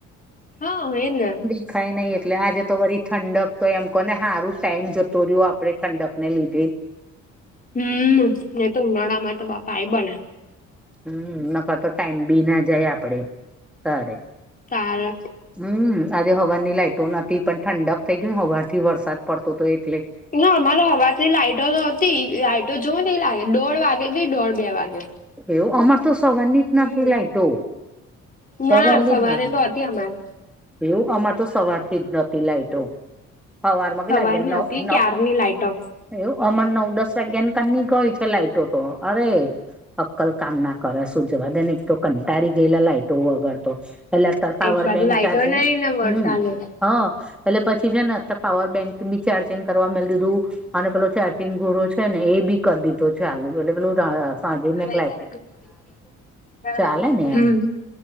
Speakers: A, on the left (about 30°); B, in the centre.
A: હા એ જ ને
B: કઈ નય એટલે આજે તો વરી ઠંડક તો એમ કોને સારું ટાઈમ જતો રહ્યો આપણેે ઠંડક ને લીધે <inaudible>
A: હમમ ને તો ઉનાળા માં તો બાપા આયી બને.
B: હમમ ન કર તો ટાઈમ બી ના જાય આપડે તારે.
A: તારે.
B: હમમ આજે હવારની લાઈટો નથી પણ ઠંડક થઈ ગય ને હવાર થી વરસાદ પડતો હતો એટલે
A: ના અમારે હવારથી લાઈટો નોતી લાઈટો જોવો ને એ લાઈ દોઢ વાગે ગઈ દોઢ, બે વાગે.
B: એવું અમાર તો સવારની જ
A: હમ
B: નથી લાઇટો. સવારની
A: ના સવારે
B: જ નહીં.
A: તો હતી અમારે
B: એવું અમાર તો સવારથી જ નતી લાઈટો. હવારમાં કેટલા
A: સવારની
B: લાગે નવ
A: હતી
B: નવ
A: ક્યારની લાઈટો
B: એવું અમર નવ દસ વાગ્યાની કની ગઈ છે લાઈટો તો અરે! અક્કલ કામ ના કરે શું જવા દે ને એક તો કંટાળી ગયેલા લાઈટો વગર તો. એટલે અતાર પાવર
A: એક બાજુ
B: બેંક
A: લાઈટો
B: ચાર્જિંગ
A: નહીં ને વરસાદ
B: હમ.
A: જ
B: હહ એટલે પછી છે ને અતર પાવર બેંક બી ચાર્જિંગ કરવા મેલ દીધું અને પેલો ચારચિંગ ઘોરો છે ને એ બી કર દીધો ચાલુ એટલે પેલું સાંજે મેં
A: હમ
B: ચાલે ને એમ